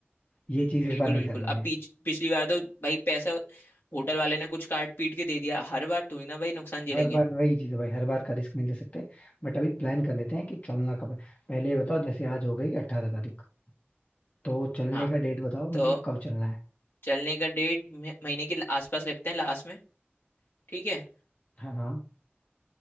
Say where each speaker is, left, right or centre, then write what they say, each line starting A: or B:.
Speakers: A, on the left (about 35°); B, on the left (about 60°).
A: ये चीज इस
B: बिल्कुल
A: बार नहीं
B: बिल्कुल
A: करनी
B: अब
A: है
B: पीछ पिछली बार तो भाई पैसा होटल वाले ने कुछ काट पीट के दे दिया हर बार थोड़ी ना भाई नुकसान झेलेंगे
A: हर बार वही चीज है भाई हर बार का रिस्क नहीं ले सकते बट अभी प्लान कर लेते हैं कि चलना कब है पहले ये बताओ जैसे आज हो गई अट्ठारह तारीख तो चलने
B: हाँ
A: का डेट बताओ
B: तो
A: मतलब कब चलना है
B: चलने का डेट महीने के आसपास रखते हैं लास्ट में ठीक है
A: हाँ हाँ